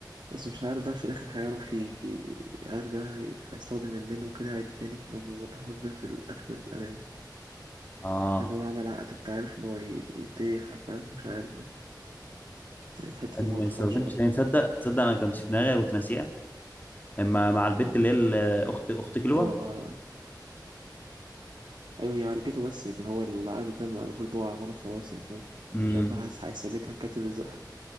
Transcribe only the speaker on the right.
بس مش عارف بقى في الآخر هيعرف ي... ي- هل بقى هي- هيستخدم النين وكده عادي تاني لما وضحوا ده في الآخر الأنمي
لأن هو عمل عقد أنت عارف إن هو ي- يديه حاجة فاهم مش عارف بقى. يعني الحتة دي
موضحهاش
أوي
هو أيوه هي عالجته بس لكن هو العقد ده المفروض هو عمله خلاص يعني فاهم
مش عارف بقى هيس- هيسلكها الكاتب ازاي